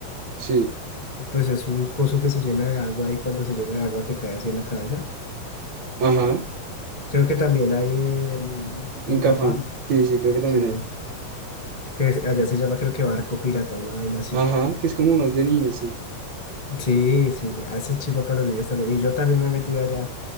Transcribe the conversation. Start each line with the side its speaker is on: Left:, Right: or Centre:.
Right: Sí,
Left: Y pues es un coso que se llena de agua y cuando se llena de agua te cae así en la cabeza.
Right: ajá,
Left: Creo que también hay en, en
Right: en Cafam.
Left: Cafam,
Right: Sí, sí, creo que también
Left: sí,
Right: hay.
Left: que es- allá se llama creo que barco pirata, una vaina así.
Right: Ajá, que es como más de niño, sí.
Left: Sí, sí, a eso es chiva para los días también. Y yo también me he metido allá.